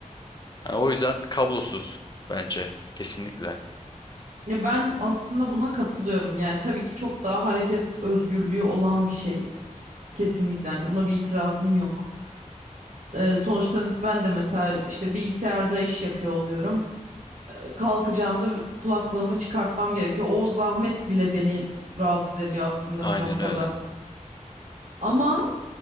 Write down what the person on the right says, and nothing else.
Ya ben aslında buna katılıyorum. Yani tabii ki çok daha hareket özgürlüğü olan bir şey. Kesinlikle hani buna bir itirazım yok. Ee, sonuçta ben de mesela işte bilgisayarda iş yapıyor oluyorum. kalkacağımda kulaklığımı çıkartmam gerekiyor. O zahmet bile beni rahatsız ediyor aslında
bir noktada.
Ama